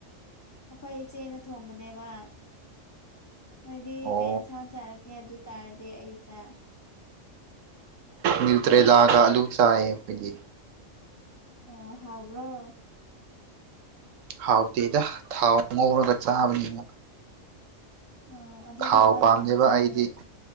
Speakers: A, on the left (about 15°); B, on the right (about 75°).
A: ꯑꯩꯈꯣꯏ ꯏꯆꯦꯅ ꯊꯣꯡꯕꯅꯦꯕ ꯍꯣꯏꯗꯤ
B: ꯑꯣ
A: ꯀꯩ ꯏꯟꯁꯥꯡ ꯆꯥꯔꯛꯀꯦ ꯑꯗꯨ ꯇꯥꯔꯗꯤ ꯑꯌꯨꯛꯇ
B: ꯅ꯭ꯌꯨꯇ꯭ꯔꯦꯂꯥꯒ ꯑꯂꯨ ꯆꯥꯏꯌꯦ ꯍꯥꯏꯣꯏꯗꯤ
A: ꯑꯣ ꯍꯥꯎ꯭ꯔꯣ
B: ꯍꯥꯎꯇꯦꯗ ꯊꯥꯎ ꯉꯧꯔꯒ ꯆꯥꯕꯅꯤꯅ
A: ꯑ ꯑꯗꯨꯒꯨꯝꯕ
B: ꯊꯥꯎ ꯄꯥꯝꯗꯦꯕ
A: ꯌꯥꯝ ꯆꯥꯔ
B: ꯑꯩꯗꯤ